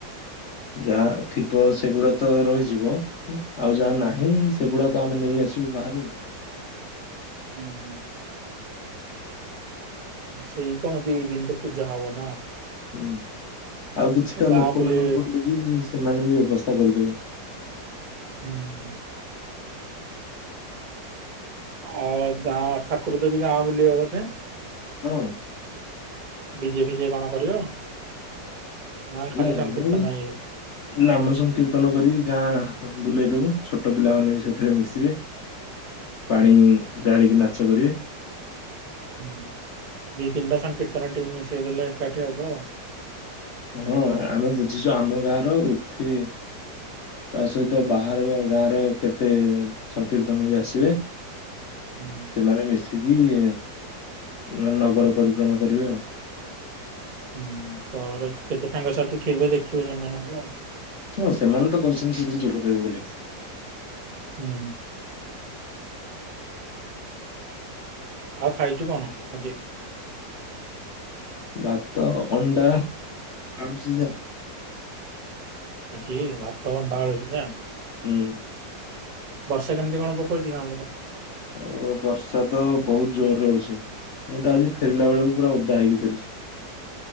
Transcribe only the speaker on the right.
ହୁଁଉଁ। ସେଇ କଣ ଦି ଦିନ ତ ପୂଜା ହବ ନା।
ଗାଁ
ବୁଲି
ହୁଁ। ଅଉ ଗାଁ ଠାକୁର ଦେବି ଗାଁ ବୁଲିବେ ବୋଧେ?
ଡିଜେ ଫିଜେ କଣ କରିବ ନା ଖାଲି
ସଂକୀର୍ତ୍ତନ
ଇଏ?
ହୁଁ
ହୁଁ ଦି ତିନିଟା ସଂକୀର୍ତ୍ତନ ଟିମ୍ ମିଶେଇ ଦେଲେ ଏକାଠି ହବ ଆଉ।
ହୁଁ
ହୁଁ ତମର କେତେ ସାଙ୍ଗସାଥି ଥିବେ ଦେଖିବ ସେମାନଙ୍କୁ ଆଉ।
ହୁଁ। ଆଉ ଖାଇଚୁ କଣ ଆଜି?
ଆଜି ଭାତ ଅଣ୍ଡା ଆଳୁ ସିଜ।
ବର୍ଷା କେମିତି କଣ ପକୋଉଚି ଗାଁ ପଟେ?